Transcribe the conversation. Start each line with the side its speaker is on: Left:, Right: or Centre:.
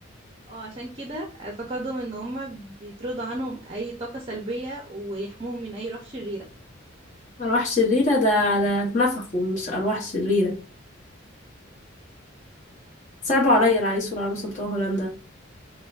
Right: اه عشان كده اعتقادهم ان هما بيطردوا عنهم اي طاقه سلبيه ويحموهم من اي روح شريره
Left: أرواح شريرة ده ده اتنفخوا مش أرواح شريرة صعبوا عليا العريس والعروسة بتوع هولندا